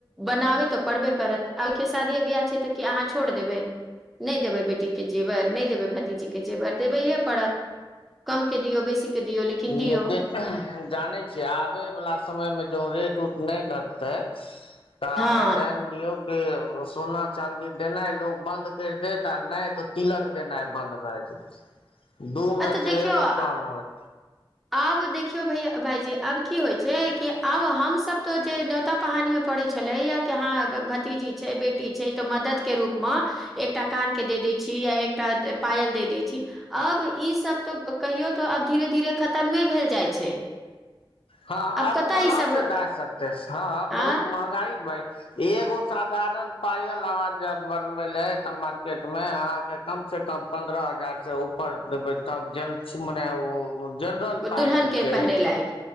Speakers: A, in the centre; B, on the left.
A: बनाबे तऽ पड़बे करत आबियओ शादिये बियाह छै तऽ- की अहाँ छोड़ देबै, नहि देबै बेटी के जेवर नहि देबै भतीजी के जेवर देबैे पड़त कम के दियौ बेसी- के दियौ लेकिन दियौ
B: लेकिन जानै छियै आबे वालला समय मे जो रेट उट। नई पडतै। तऽ अहाँ
A: हँ
B: जान लियौ। के सोना चाँदी देनाइ लोको बन्द करि देत आ नहि तऽ तिलक देनाइ बन्द भए जेयत। दू मे
A: आ तऽ
B: से
A: देखियौ
B: एगो काम होत।
A: आब देखियौ भैया भाईजी आब की होइत छै कि आब हमसभ तऽ जे न्योता पहानीमे पड़ैत छलैया कि हँ भतीजी छै बेटी छै तऽ मदद के रूपमे एकटा कान के दे दै छी या एकटा पायल दे दै छी। अब। ई सब तो कहियो तो आब धीरे- धीरे खतमे भेल जाइ छै।
B: हँ आब
A: कतऽ
B: कहाँ
A: ई सब
B: से दए सकते हँ
A: आ
B: बहुत महँंगाई बैढ। एगो साधारण पायल अहाँ जब बनवे ले तब मार्केट में अहाँ के कम से कम पं्रह हजार से ऊपर देबे तब जेंस मने ओ। ओ जनरल पाइ
A: दुल्हन
B: आयल
A: के
B: छै।
A: पहिरे लायक